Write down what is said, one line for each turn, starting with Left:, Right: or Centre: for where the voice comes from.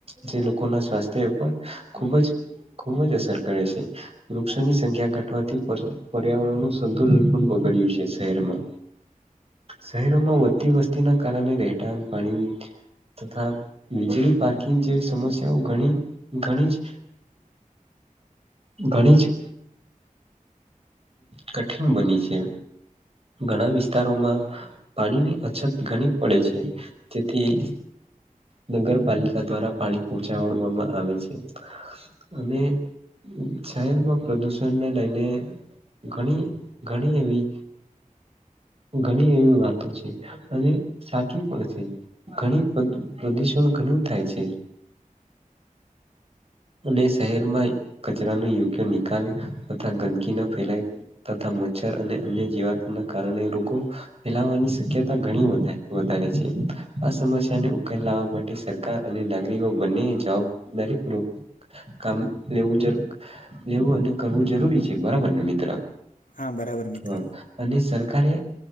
Right: જે લોકોના સ્વાસ્થ્ય ઉપર ખૂબ જ ખૂબ જ અસર કરે છે. વૃક્ષોની સંખ્યા ઘટવાથી પર્યાવરણનું સંતુલન પણ બગડ્યું છે શહેરમાં. શહેરોમાં વધતી વસ્તીના કારણે રહેઠાણ પાણી. તથા વીજળી પાર્કિંગ જેવી સમસ્યાઓ ઘણી ઘણી જ <inaudible> ઘણીજ કઠિન બની છે ઘણા વિસ્તારોમાં પાણીની અછત ઘણી પડે છે તેથી નગરપાલિકા દ્વારા પાણી પહોંચાડવામાં આવે છે. અને શહેરમાં પ્રદુષણને લઈને ઘણી ઘણી એવી ઘણી એવી વાતો છે, અને સાચું પણ છે. ઘણી પ્રદૂ પ્રદૂષણ ઘણું થાય છે. અને શહેરમાં કચરા ન યોગ્ય નિકાલ તથા ગંદકી ન ફેલાય તથા મચ્છર અને અન્ય જીવાતના કારણે રોગો ફેલાવાની શક્યતા ઘણી વધારે છે આ સમસ્યાને ઉકેલ લાવવા માટે સર કાર અને નાગરિકો બંને જવાબદારી પૂર્વક કામ લેવું જરૂરી લેવું અને કરવું જરૂરી છે બરાબરને મિત્ર
Left: હા બરાબર મિત્ર
Right: હા અને સરકારે